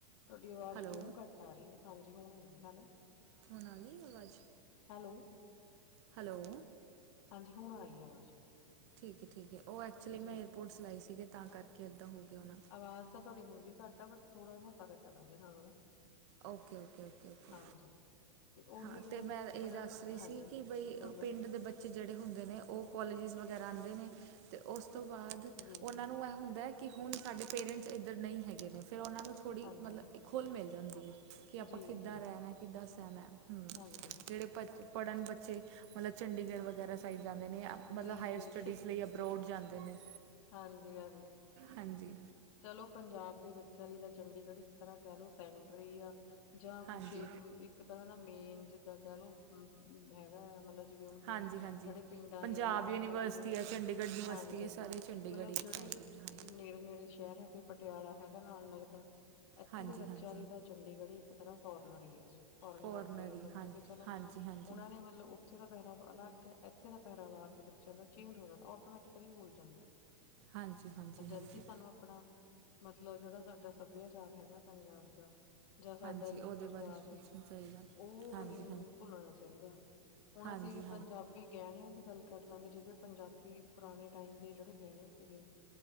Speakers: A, on the left (about 55°); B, on the right (about 50°).
A: ਤੁਹਾਡੀ ਆਵਾਜ਼
B: ਹੈਲੋ
A: ਕਿਉਂ ਘੱਟ ਆ ਰਹੀ ਐ, ਹਾਂਜੀ ਹੁਣ ਆਈ ਹੈਲੋ!
B: ਹੁਣ ਆ ਗਈ ਆਵਾਜ਼,
A: ਹੈਲੋ
B: ਹੈਲੋ!
A: ਹਾਂਜੀ ਹੁਣ ਆ ਰਹੀ ਹੈ ਆਵਾਜ਼। <inaudible>
B: ਠੀਕ ਐ, ਠੀਕ ਐ, ਉਹ ਐਕਚੁਲੀ
A: ਜੀ
B: ਮੈਂ ਏਅਰਪੋਰਟਸ ਲਾਏ ਸੀਗੇ ਤਾਂ ਕਰਕੇ ਇੱਦਾਂ ਹੋ ਗਿਆ ਹੋਣਾ।
A: ਆਵਾਜ਼ ਤਾਂ ਤੁਹਾਡੀ ਹੁਣ ਵੀ ਘੱਟ ਆ, 'ਬਟ ਥੋੜਾ ਜਿਹਾ ਫ਼ਰਕ ਐ ਪਹਿਲੇ ਨਾਲੋ ਨਾ।
B: ਓਕੇ, ਓਕੇ, ਓਕੇ, ਓਕੇ
A: ਹਾਂਜੀ ਤੇ ਉਹੀ
B: ਹਾਂ
A: ਹੈ
B: ਤੇ
A: ਮਤਲਬ
B: ਮੈਂ ਇਹ ਦੱਸ ਰਹੀ
A: ਹਾਂਜੀ
B: ਸੀ ਕਿ ਬਈ
A: ਬੋਲੋ
B: ਉਹ ਪਿੰਡ ਦੇ ਬੱਚੇ' ਬੱਚੇ ਜਿਹੜੇ ਹੁੰਦੇ ਨੇ, ਉਹ ਕੋਲਜਿਸ ਵਗੈਰਾ ਆਂਦੇ ਨੇ ਅਤੇ ਉਸ ਤੋਂ ਬਾਅਦ,
A: ਜੀ
B: ਉਹਨਾਂ ਨੂੰ ਇਹ ਹੁੰਦਾ ਐ ਕਿ ਹੁਣ ਸਾਡੇ ਪੇਰੈਂਟਸ ਇੱਧਰ ਨਹੀਂ ਹੈਗੇ ਨੇ, ਫੇਰ ਉਹਨਾਂ ਨੂੰ ਥੋੜ੍ਹੀ
A: ਹਾਂਜੀ,
B: ਮਤਲਬ, ਖੁੱਲ੍ਹ ਮਿਲ ਜਾਂਦੀ ਐ ਕਿ ਆਪਾਂ
A: ਜੀ-ਜੀ,
B: ਕਿੱਦਾਂ ਰਹਿਣਾ, ਕਿੱਦਾਂ ਸਹਿਣਾ ਹਮ।
A: ਹਾਂਜੀ।
B: ਜੇੜੇ ਬਚ, ਪੜ੍ਹਨ ਬੱਚੇ ਮਤਲਬ ਚੰਡੀਗੜ੍ਹ ਵਗੈਰਾ ਸਾਈਡ ਜਾਂਦੇ ਨੇ ਅ ਮਤਲਬ
A: ਜੀ-ਜੀ
B: ਹਾਇਰ ਸਟੱਡੀਜ਼ ਲਈ ਅਬਰੋਡ ਜਾਂਦੇ ਨੇ।
A: ਹਾਂਜੀ-ਹਾਂਜੀ।
B: ਹਾਂਜੀ।
A: ਚਲੋ ਪੰਜਾਬ ਦੇ ਬੱਚਿਆਂ ਲਈ ਤਾਂ ਚੰਡੀਗੜ੍ਹ ਇੱਕ ਤਰ੍ਹਾਂ ਕੈ ਲੋ ਸੈਂ ਟਰ ਈ ਆ। ਜਾਂ
B: ਹਾਂਜੀ।
A: ਕੁਛ ਇੱਕ, ਇੱਕ ਤਰ੍ਹਾਂ ਦਾ ਮੇਨ, ਜਿੱਦਾਂ ਕੈ ਲੋ ਹੈਗਾ ਆ ਮਤਲਬ ਜਿਵੇਂ ਹੁਣ
B: ਹਾਂਜੀ
A: ਪਿੰ,
B: ਹਾਂਜੀ
A: ਜੇੜੇ ਪਿੰਡਾਂ
B: ਪੰਜਾਬ
A: ਦੇ ਨੇ
B: ਯੂਨੀਵਰਸਿਟੀ
A: -ਨੇੜੇ- ਨੇੜੇ।
B: ਹੈ ਚੰਡੀਗੜ੍ਹ ਯੂਨੀਵਰਸਿਟੀ
A: ਹਾਂਜੀ,
B: ਹੈ ਸਾਰੇ ਚੰਡੀਗੜ੍ਹ
A: ਮਤਲਬ
B: ਹੀ
A: ਜੇੜੇ
B: ਪੈਂਦੇ ਮਤਲਬ ਨੇ ਜਿਹੜੇ ਹਾਂਜੀ।
A: ਨੇੜੇ-ਨੇੜੇ ਸ਼ਹਿਰ ਹੈਗੇ, ਪਟਿਆਲਾ ਹੈਗਾ ਨਾਲ ਲੱਗਦਾ। ਐਥੇ
B: ਹਾਂਜੀ
A: ਦੇ ਬੱਚਿਆਂ
B: ਹਾਂਜੀ।
A: ਲਈ ਤਾਂ ਚੰਡੀਗੜ੍ਹ ਈ, ਇੱਕ ਤਰਾਂ ਫੋਰਨਰ ਈ ਐ ਜੀ। ਫੋਰਨ
B: ਫੋਰਨਰੀ
A: ਕੰਟਰੀ ਸਮਝ
B: ਹਾਂ
A: ਕੇ ਚਲੋ,
B: ਹਾਂਜੀ ਹਾਂਜੀ।
A: ਓਨਾਂ ਨੇ ਮਤਲਬ ਬੱਚੇ ਦਾ ਪਹਿਰਾਵਾ ਅਲਗ ਏ, ਐਥੇ ਦਾ ਪਹਿਰਾਵਾ ਆ ਕੇ ਬੱਚਿਆਂ ਦਾ ਚੇਂਜ ਹੋ ਜਾਂਦਾ ਆਟੋਮੈਟਿਕਲੀ ਹੋ ਈ ਜਾਂਦੈ।
B: ਹਾਂਜੀ ਹਾਂਜੀ
A: ਜਦਕਿ
B: ਹਾਂਜੀ।
A: ਸਾਨੂੰ ਅ ਅਪਣਾ ਮਤਲਬ ਜੇੜਾ ਸਾਡਾ ਸੱਭਿਆਚਾਰ ਹੈਗਾ ਪੰਜਾਬ ਦਾ ਜਾਂ ਸਾਡਾ
B: ਹਾਂਜੀ
A: ਰੀਤੀ
B: ਉਹਦੇ ਬਾਰੇ
A: ਰਿਵਾਜ ਐ,
B: ਪੁੱਛਣਾ ਚਾਹੀਦਾ
A: ਓ
B: ਹਾਂਜੀ
A: ਨੀ ਭੁੱਲਣਾ ਚਾਈਦਾ। ਹੁਣ
B: ਹਾਂਜੀ
A: ਅਸੀਂ ਪੰਜਾਬੀ ਗੈਣਿਆਂ ਦੀ ਗੱਲ ਕਰ ਲਾਂਗੇ, ਜਿਵੇਂ ਪੰਜਾਬੀ ਪੁਰਾਣੇ ਟਾਈਮ ਜੇ ਜੇੜੇ ਗੈਣੇ ਸੀਗੇ,